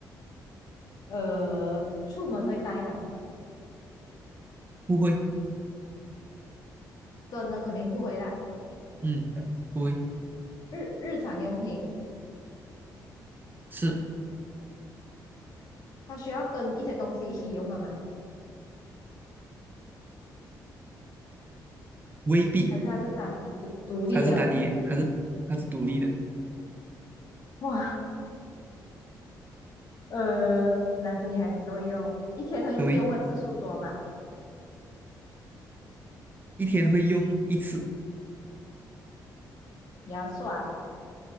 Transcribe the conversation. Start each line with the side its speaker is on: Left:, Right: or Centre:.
Left: 呃，出门会带吗？
Right: 不会，
Left: 真的肯定不回来。
Right: 嗯，不会
Left: 日日常用品，
Right: 是
Left: 它需要跟一些东西一起用的嘛，
Right: 未必，
Left: 还是它是单独独立的？
Right: 它是单一，它是它是独立的，
Left: 哇，呃，男生女孩子都会用，一天会用的次数多嘛？
Right: 对。一天会用一次，
Left: 牙刷，